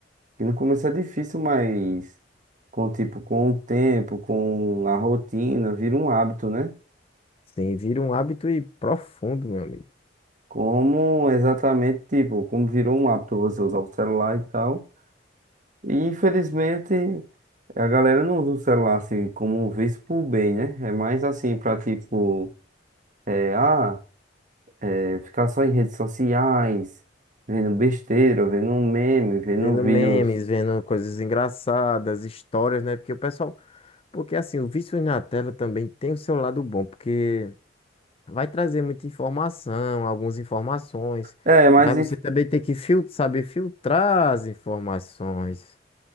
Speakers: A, on the right; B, on the left.
A: Que no começo é difícil, mas. com tipo, com o tempo, com a rotina, vira um hábito, né?
B: Sim, vira um hábito e profundo, meu amigo.
A: Como exatamente, tipo, como virou um hábito você usar o celular e tal. E infelizmente a galera não usa o celular assim como um vício pro bem, né? É mais assim pra tipo, é, ah, é, ficar só em redes sociais, vendo besteira, vendo um meme, vendo
B: Vendo
A: vídeos.
B: memes, vendo coisas engraçadas, histórias, né? Porque o pessoal. Porque assim, o vício na tela também tem o seu lado bom, porque. Vai trazer muita informação, algumas informações,
A: É, mas
B: mas você também tem que fil- saber filtrar as informações,